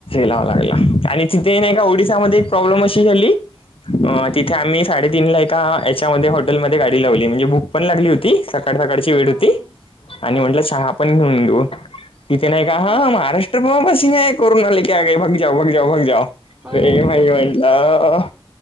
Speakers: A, on the left; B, on the right.
A: लाववा लागला आणि तिथे नाही का ओडिसामध्येध्ये एक प्रॉब्लेम अशी झाली. अ
B: हम्म
A: तिथे आम्ही साडेतीीन ला का याच्यामध्ये हॉटेलमध्येध्ये गाडी लावली म्हणजे बुक पण लागली होती सका कडसाकडची वेळ
B: हा
A: होती
B: हा
A: आणि
B: हा
A: म्हटलं
B: हा
A: चहा पण नेऊन देऊ‌. इिथे नाही का हा
B: हो
A: महाराष्ट्र प बसिंग आहे कोरोनाला कय बग जाऊ बग जाऊ बग जाओ. प्रे
B: अरे
A: मही
B: देवा
A: होणला.